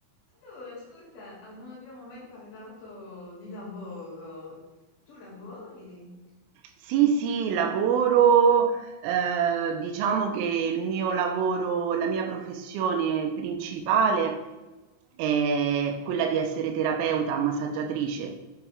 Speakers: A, on the left; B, on the right.
A: Allora, ascolta, ah, non abbiamo mai parlato di lavoro. Tu lavori?
B: Sì, sì, lavoro, eh, diciamo che il mio lavoro, la mia professione principale è quella di essere terapeuta, massaggiatrice.